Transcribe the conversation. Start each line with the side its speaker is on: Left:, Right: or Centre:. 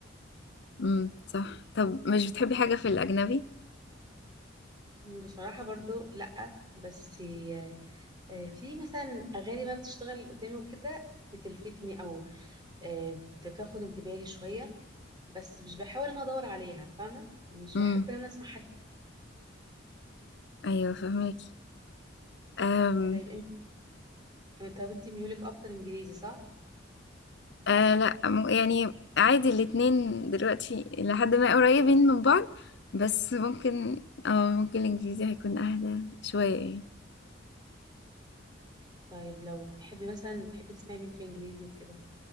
Left: امم صح طب مش بتحبي حاجة في الأجنبي
Right: بصراحة برضو لأ بس آه، آه، في مثلا أغاني بقى بتشتغل قدامي وكده بتلفتني أو آه، بتاخد انتباهي شوية بس مش بحاول إن أنا أدور عليها فاهمة مش
Left: امم
Right: بحب إن أنا أسمعها
Left: أيوة فهماكي أم...
Right: طيب أنت طيب أنت ميولك أكتر إنجليزي صح؟
Left: أه لا م- يعني عادي الاتنين دلوقتي لحد ما قريبين من بعض بس ممكن اه ممكن الإنجليزي هيكون أهدى شوية يعني
Right: طيب لو بتحبي مثلا تحبي تسمعي مين في إنجليزي وكده